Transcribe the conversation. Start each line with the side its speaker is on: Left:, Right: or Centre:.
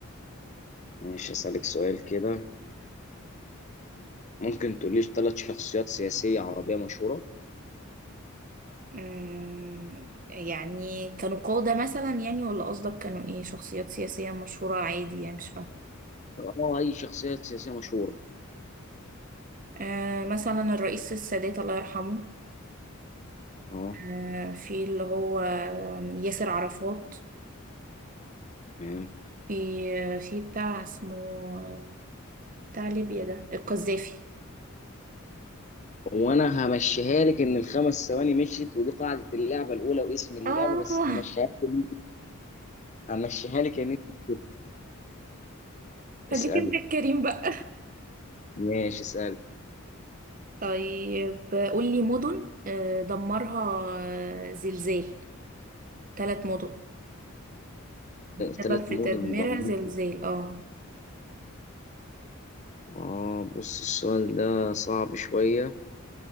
Left: مش هسألك سؤال كده ممكن تقوليش ثلاث شخصيات سياسية عربية مشهورة
Right: مم، يعني كانوا قادة مثلا يعني ولا قصدك كانوا ايه شخصيات سياسية مشهورة عادي يعني مش فاهمة
Left: اه اي شخصية سياسية مشهورة
Right: آه مثلا الرئيس السادات الله يرحمه
Left: اه
Right: آه في اللي هو ياسر عرفات
Left: تمام
Right: في آه، في بتاع اسمه آه، بتاع ليبيا ده القذافي
Left: وانا همشيها لك ان الخمس ثواني مشيت ودي قاعدة اللعبة الاولى واسم اللعبة
Right: اه
Left: بس همشيها
Right: <laughs>
Left: لك همشيها لك ان انت
Right: خليك
Left: اسأل
Right: انت الكريم بقى
Left: ماشي اسأل
Right: طيب قولي مدن آه، دمرها آه، زلزال ثلاث مدن السبب
Left: ثلاث
Right: في تدميرها
Left: مدن دمرت
Right: زلزال اه
Left: آه بص السؤال ده صعب شوية